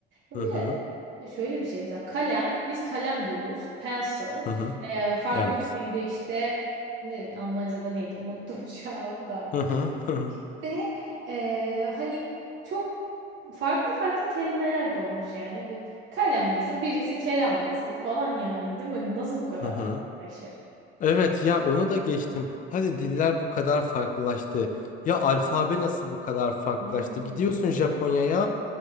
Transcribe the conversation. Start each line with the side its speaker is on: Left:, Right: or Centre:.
Right: Ya
Left: Hı
Right: Bir
Left: hı.
Right: de şöyle bir şey mesela kalem, biz kalem diyoruz. Pencil.
Left: Hı hı.
Right: Ee, farklı
Left: Evet.
Right: bir dilde işte ne, Almanca'da neydi unuttum <laughs> şu anda.
Left: Hı hı. Hı hı.
Right: İşte ee, hani çok farklı farklı kelimeler doğmuş yani. Hani kalem desin, birisi kelam desin falan yani değil mi? Hani Nasıl bu kadar
Left: Hı hı.
Right: farklılaşır?
Left: Evet ya onu da geçtim. Hadi diller bu kadar farklılaştı. Ya alfabe nasıl bu kadar farklılaştı?
Right: Ay,
Left: Gidiyorsun Japonya'ya.
Right: evet,